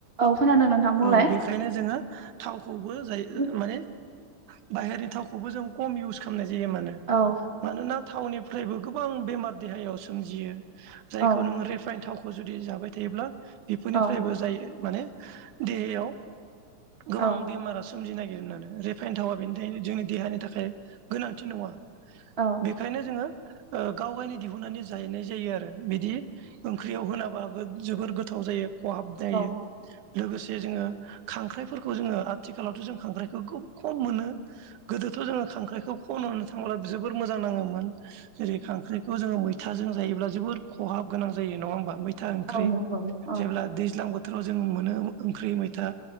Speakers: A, on the right; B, on the right.
A: औ खोनादों नोंथां बुंलाय
B: औ बेखायनो जोङो थावखौबो जायो
A: औ
B: माने बाहेरनि थावखौबो जों खम इउस खालामनाय जायो मानो
A: औ
B: मानोना थावनिफ्रायबो गोबां बेमार देहायाव सोमजियो जायखौ
A: औ
B: नोङो रिफाइन थावखौ जुदि जाबाय थायोब्ला बेफोरनिफ्रायबो
A: औ
B: जायो माने देहायाव गोबां
A: औ
B: बेमारा सोमजिनो नागिर आरो रिफाइन थावा बेनि थाखायायनो जोंनि देहानि थाखाय गोनांथि नङा
A: औ
B: बेखायनो जोङो ओ गाव गावनि दिहुननानै जाहैनाय जायो आरो बिदि ओंख्रियाव होलाबाबो जोबोर गोथाव जायो खहाब जायो
A: औ
B: लोगोसे जे जोङो खांख्राइफोरखौ जोङो आथिखालावथ' जों खांख्राइखौ खोब खम मोनो गोदोथ' जोङो खांख्राइखौ खन होनो थांब्ला जोबोर मोजां नाङोमोन जेरै खांख्राइखौ जोङो मैथाजों जायोब्ला जोबोद खहाब गोनां जायो नङा होमबा मै मैथा ओंख्रि
A: औ नंगौ औ
B: जेब्ला दैज्लां बोथोराव जों मोनो ओंख्रि मैथा